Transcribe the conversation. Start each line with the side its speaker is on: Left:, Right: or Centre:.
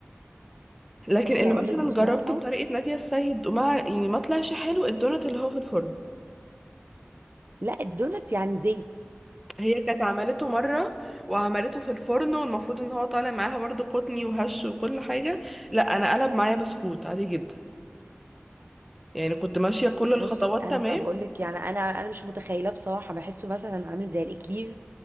Centre: لكن
Right: بصي
Centre: اللي
Right: هقول
Centre: مثلا
Right: لك بصراحه
Centre: جربته بطريقة نادية السيد وما يعني ما طلعش حلو الدونات اللي هو في الفرن
Right: لا الدونت يعني زيت
Centre: هي كانت عملته مرة وعملته في الفرن والمفروض ان هو طالع معاها برضو قطني وهش وكل حاجة لا انا قلب معايا بسكوت عادي جدا يعني كنت ماشية كل
Right: بصي
Centre: الخطوات
Right: انا
Centre: تمام
Right: ما بقول لك يعني انا انا مش متخيله بصراحه بحسه مثلا عامل زي الاكلير